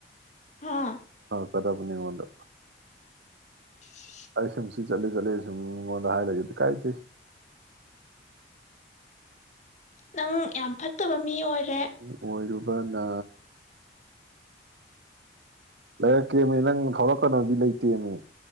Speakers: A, on the left; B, on the right.
A: ꯍꯥꯥ
B: ꯀꯗꯕꯅꯤ ꯑꯩꯉꯣꯟꯗ
A: <inaudible>
B: ꯑꯩ ꯁꯨꯝ ꯁꯤ ꯆꯠꯂꯦ ꯆꯠꯂꯦ ꯁꯨꯝ ꯃꯤꯉꯣꯟꯗ ꯍꯥꯏ ꯂꯩꯒꯗ꯭ꯔꯣ ꯀꯥꯏꯖꯩ
A: ꯅꯪ ꯌꯥꯝ ꯐꯠꯇꯕ ꯃꯤ ꯑꯣꯏꯔꯦ
B: ꯑꯣꯏꯔꯝ ꯃꯥꯅ ꯂꯩꯔꯛꯀꯦ ꯃꯤ ꯅꯪ ꯊꯧꯔꯛꯀꯅꯣꯃꯤ ꯂꯩꯇꯦꯃꯤ